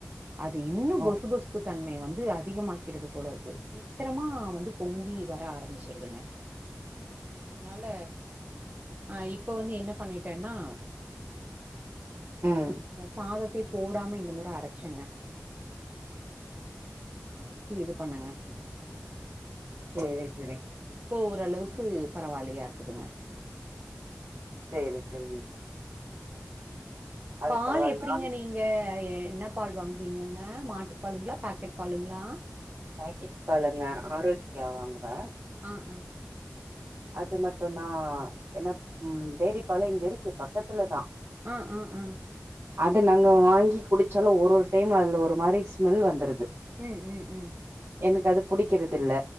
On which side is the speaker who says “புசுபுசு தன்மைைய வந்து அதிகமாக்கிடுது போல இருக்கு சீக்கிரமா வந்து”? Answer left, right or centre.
Right